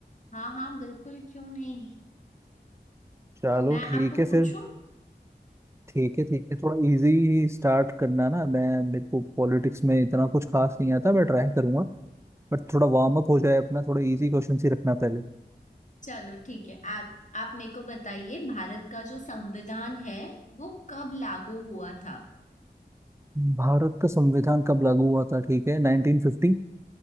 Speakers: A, on the left; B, on the right.
A: हाँ हाँ बिल्कुल क्यों नहीं
B: चलो
A: तो मैं
B: ठीक
A: आपको
B: है फिर
A: पूछूं
B: ठीक है ठीक है थोड़ा इजी स्टार्ट करना ना मैं मेरे को पॉलिटिक्स में इतना कुछ खास नहीं आता मैं ट्राई करूंगा बट थोड़ा वार्म अप हो जाए अपना थोड़ा इजी क्वेश्चन ही रखना पहले
A: चलो ठीक है आ, आप मेरे को बताइए भारत का जो संविधान है वो कब लागू हुआ था
B: भारत का संविधान कब लागू हुआ था ठीक है 1950